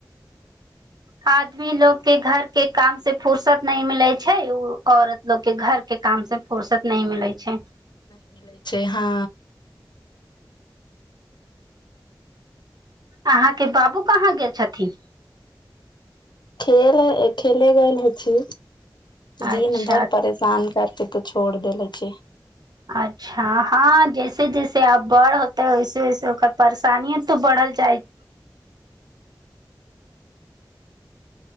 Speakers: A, on the right; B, on the left.
A: आदमी लोग के घर के काम से फुर्सत न मिले छै ओ औरत लोग के घर के काम से फुुरसत नहि मिलै छै
B: नहि मिले छै हँ
A: अहाँके बाबू कहाँ गेल छथिन
B: खेल खेले गेल छी दिन
A: अच्छा
B: भरि परेश सान करके तऽ छोड़ देले छै
A: अच्छा ह हँ जैसे जैसे आब बढ़ होतेै वैसे वैसे ओकर परेशानिय तो बढ़ल जाइ